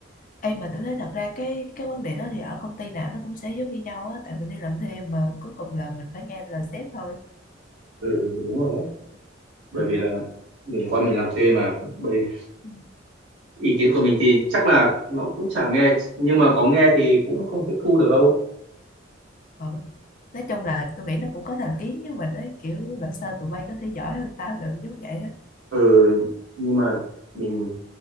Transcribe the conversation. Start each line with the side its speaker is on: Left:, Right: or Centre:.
Left: Ê mà tôi thấy thật ra cái cái vấn đề đó thì ở công ty nào nó cũng sẽ giống như nhau á tại mình đi làm thêm mà cuối cùng là mình phải nghe lời sếp thôi
Right: ừ, đúng rồi ấy. bởi
Left: ừ.
Right: vì là mình qua mình làm thuê mà bởi
Left: Ừ.
Right: ý kiến của mình thì chắc là nó cũng chẳng nghe nhưng mà có nghe thì cũng không tiếp thu được đâu
Left: ừ. Nói chung là tôi nghĩ nó cũng có thành kiến với mình đấy kiểu làm sao tụi bay có thể giỏi hơn tao được giống vậy á
Right: ừ, nhưng mà mình